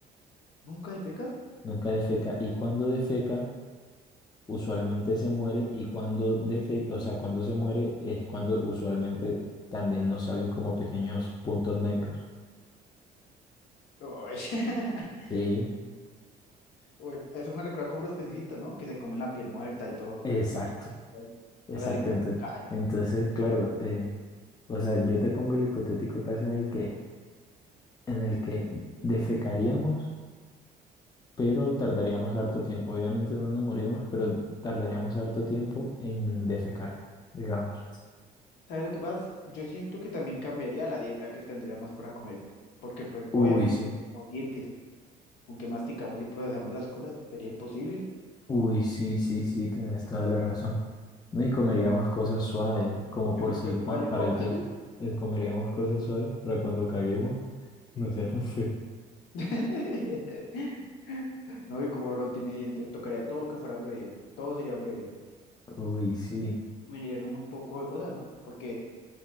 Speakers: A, on the left; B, on the left.
A: ¿Nunca defeca?
B: nunca defeca. Y cuando defeca, usualmente se muere. Y cuando defeca, o sea, cuando se muere es cuando usualmente también nos salen como pequeños puntos negros.
A: Ush. <laughs>
B: Sí,
A: Uy, eso me recuerda como los pececitos, ¿no? Que se comen la piel muerta y todo.
B: exacto,
A: pues,
B: exacto.
A: para limpiar
B: Ento-
A: callos
B: Entonces,
A: y así.
B: claro, eh, o sea, yo te pongo el hipotético caso en el que en el que defecaríamos, pero tardaríamos harto tiempo. Obviamente no nos morimos, pero tardaríamos harto tiempo en defecar, digamos.
A: ¿Sabes lo que pasa? Yo siento que también cambiaría la dieta que tendríamos para comer. Porque, pues,
B: Uy,
A: obviamente,
B: sí,
A: como dientes, con que masticamos y procesamos las cosas, sería imposible.
B: uy, sí, sí, sí, tienes toda la razón. No, y comeríamos cosas suaves, como
A: Yo
B: por
A: creo
B: si
A: que pura
B: cua-
A: licuadora.
B: para el tiempo, eh, comeríamos cosas suaves para cuando caguemos, <laughs> no sea tan feo.
A: <laughs> No, y como no tiene dientes, tocaría todo que fueran bebidas. Todo serían bebidas.
B: Uy, sí.
A: Mirarían un poco de cosas, ¿no? Porque